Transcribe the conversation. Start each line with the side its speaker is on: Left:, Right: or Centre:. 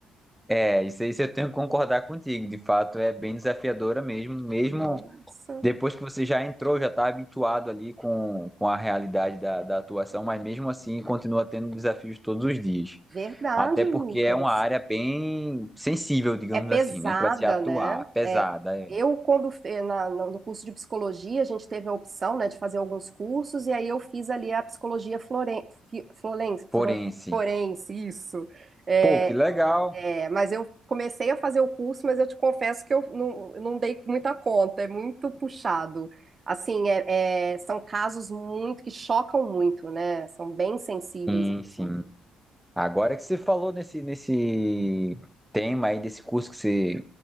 Centre: É, isso aí eu tenho que concordar contigo. De fato, é bem desafiadora mesmo, mesmo
Right: <laughs> Nossa,
Centre: depois que você já entrou, já está habituado ali com, com a realidade da, da atuação, mas mesmo assim continua tendo desafios todos os dias.
Right: verdade,
Centre: Até porque
Right: Lucas.
Centre: é uma área bem sensível, digamos
Right: É pesada,
Centre: assim, né, para se atuar,
Right: né?
Centre: pesada,
Right: É,
Centre: é,
Right: eu, quando fe- na- no no curso de psicologia, a gente teve a opção, né, de fazer alguns cursos, e aí eu fiz ali a psicologia floren, fi- floren,
Centre: forense.
Right: fro- forense, isso. É,
Centre: Pô, que legal.
Right: É, mas eu comecei a fazer o curso, mas eu te confesso que eu não, eu não dei muita conta, é muito puxado. Assim, é- é, são casos muito que chocam muito, né? São bem sensíveis
Centre: Sim,
Right: mesmo.
Centre: sim. Agora que você falou nesse, nesse tema aí, desse curso que você